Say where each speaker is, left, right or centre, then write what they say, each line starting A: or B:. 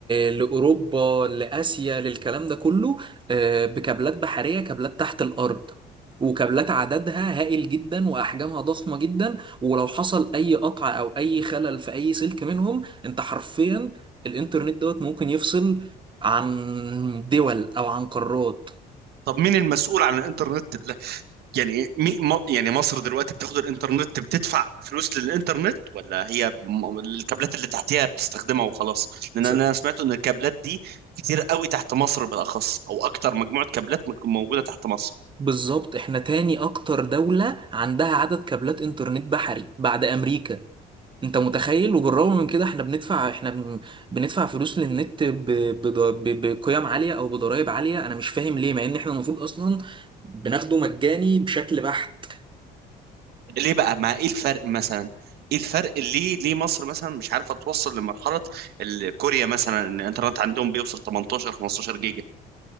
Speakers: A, on the right (about 30°); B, on the right (about 70°).
A: لاوروبا لاسيا للكلام ده كله آه، بكابلات بحريه كابلات تحت الارض وكابلات عددها هائل جدا واحجامها ضخمه جدا ولو حصل اي قطع او اي خلل في اي سلك منهم انت حرفيا الانترنت دوت ممكن يفصل عن دول او عن قارات
B: طب مين المسؤول عن الانترنت اللي... يعني مي... م... يعني مصر دلوقتي بتاخد الانترنت بتدفع فلوس للانترنت ولا هي م... الكابلات اللي تحتها بتستخدمها وخلاص لان
A: بس-
B: انا سمعت ان الكابلات دي كتير قوي تحت مصر بالاخص او اكتر مجموعة كابلات مك- موجودة تحت مصر
A: بالظبط احنا تاني اكتر دولة عندها عدد كابلات انترنت بحري بعد امريكا انت متخيل وبالرغم من كده احنا بندفع احنا بن- بندفع فلوس للنت ب- بض- ب- بقيم عالية او بضرائب عالية انا مش فاهم ليه مع ان احنا المفروض اصلا بناخده مجاني بشكل بحت
B: ليه بقى ما ايه الفرق مثلا ايه الفرق ليه ليه مصر مثلا مش عارفه توصل لمرحله ال- كوريا مثلا ان الانترنت عندهم بيوصل 18 15 جيجا